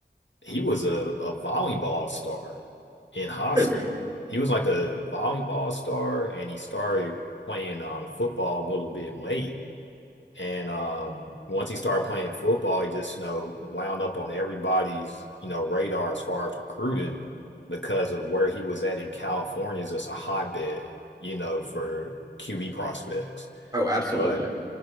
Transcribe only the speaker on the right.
Really?
Oh, absolutely.